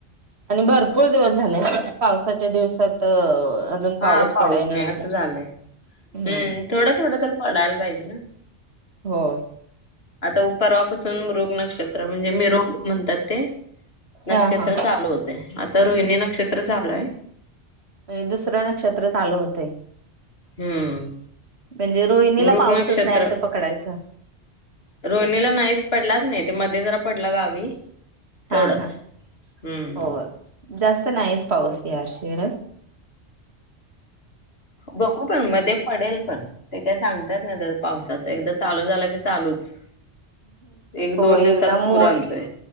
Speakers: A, on the right; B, on the left.
A: आणि भरपूर दिवस झाले पाऊस सद्या दिवसात अजून
B: हा, पाऊस
A: पडायने
B: नाही
A: म्हटल्यावर
B: असं झालंय.
A: हम्म
B: हं थोडं थोडं तर पडायला पाहिजे ना.
A: होय
B: आता परवा पासून मृग नक्षत्र म्हणजे मी मृग म्हणतात ते. नक्षत्र
A: हा हा
B: चालू होतय, आता रोहिणी नक्षत्र चालू आहे.
A: म्हणजे दुसरं नक्षत्र चालू <inaudible>
B: हम्म.
A: म्हणजे रोहिणीला
B: मृग
A: पाऊसच
B: नक्षत्र
A: नाही असं पकडायचं.
B: रोहिणीला नाहीच पडलाच नाही ते मध्ये जरा पडला गावी.
A: हा
B: तेवढंच.
A: हा
B: हम्म
A: हो जास्त नाहीच पाऊस या वर्षी
B: बघू पण मध्ये पडेल पण ते काय सांगता येत नाही पावसाच एकदा चालू झाला की चालूच. एक
A: हो
B: दोन दिवसात
A: एकदम
B: पूर
A: मो
B: आणतोय